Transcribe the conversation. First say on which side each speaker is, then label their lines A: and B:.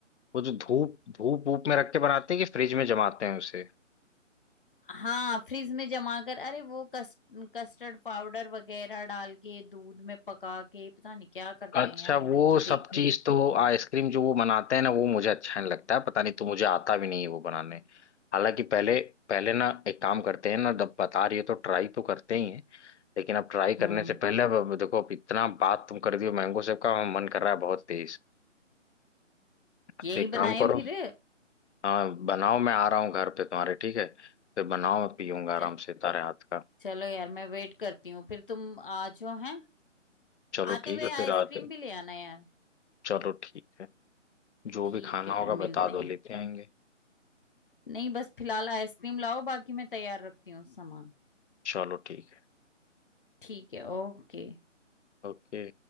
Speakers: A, on the left (about 65°); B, on the left (about 45°).
A: वो जो धूप धूप वूप में रख के बनाते हैं कि फ्रिज में जमाते हैं उसे
B: हाँ फ्रिज में जमा कर अरे वो कस्ट, कस्टर्ड पाउडर वगैरह डाल के दूध में पका के पता नहीं क्या करते
A: अच्छा
B: हैं यार
A: वो
B: मैंने तो देखा
A: सब चीज
B: ही है।
A: तो आइसक्रीम जो वो बनाते हैं ना वो मुझे अच्छा नहीं लगता है पता नहीं तो मुझे आता भी नहीं है वो बनाने हालांकि पहले पहले ना एक काम करते हैं ना जब बता रही हो तो ट्राई तो करते ही हैं लेकिन अब ट्राई
B: हाँ
A: करने से पहले अब अब देखो अब इतना बात तुम कर दियो मैंगो सेब का हम मन कर रहा है बहुत तेज तो
B: यही
A: एक काम
B: बनाए
A: करो
B: फिर
A: हाँ बनाओ मैं आ रहा हूँ घर पे तुम्हारे ठीक है फिर बनाओ मैं पीऊंगा
B: च,
A: आराम से तारे हाथ का
B: चलो यार मैं वेट करती हूँ फिर तुम आ जाओ हैं
A: चलो
B: आते
A: ठीक
B: हुए
A: है
B: आइसक्रीम
A: फिर आते हैं।
B: भी ले आना यार
A: चलो ठीक है जो
B: ठीक
A: भी खाना
B: है
A: होगा
B: फिर मिलते
A: बता दो
B: हैं
A: लेते आएंगे
B: नहीं बस फिलहाल आइसक्रीम लाओ बाकी मैं तैयार रखती हूँ सामान
A: चलो ठीक है
B: ठीक है ओके
A: ओके